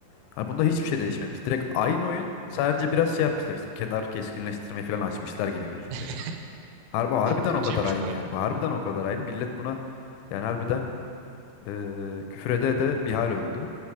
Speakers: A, on the left (about 85°); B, on the right (about 85°).
A: Hani bunda hiçbir
B: Hı hı.
A: şey değişmemiş. Direkt aynı oyun sadece biraz şey yapmışlar işte kenar keskinleştirmeyi falan açmışlar gibi gözüküyor
B: <laughs>
A: yani. Har harbiden
B: Kötüymüş
A: o kadar aynı
B: bu arada.
A: yani. Harbiden o kadar aynı. Millet buna yani harbiden Ee, küfrede de bir hal oldu.